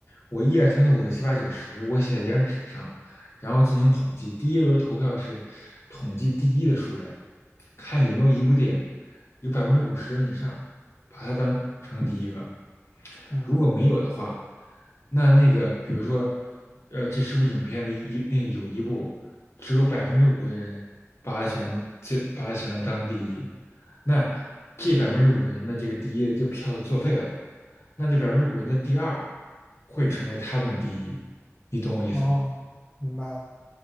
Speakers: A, on the left (about 60°); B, on the left (about 20°).
A: 我一二三四五六七八九十，我写在一张纸上，然后进行统计。第一轮投票是统计第一的数量，看有没有一部电影有百分之五十人以上把它当成第一个。
B: 嗯。
A: 如果没有的话，那那个比如说，呃，这十部影片里一那个有一部只有百分之五的人把它选这把它选择当第一。那这百分之五的人的这个第一就票就作废了，那这百分之五人的第二会成为他们的第一，你懂我意思吗？
B: 哦，明白了，